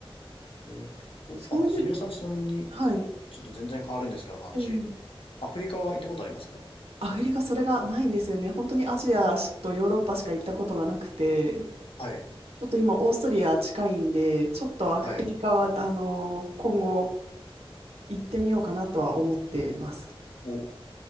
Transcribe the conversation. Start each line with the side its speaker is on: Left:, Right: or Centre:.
Left: えーこあ、
Right: そういう、
Left: すみれさんちなみに、
Right: はい。
Left: ちょっと全然変わるんですけど話。
Right: ええ
Left: アフリカは行ったことありますか
Right: アフリカそれがないんですよね。本当にアジアとヨーロッパしか行ったことがなくて、ち
Left: はい、
Right: ょっと今オーストリア近いんで、ちょっとアフリカは、
Left: はい。
Right: あの、今後行ってみようかなとは思ってます。
Left: お、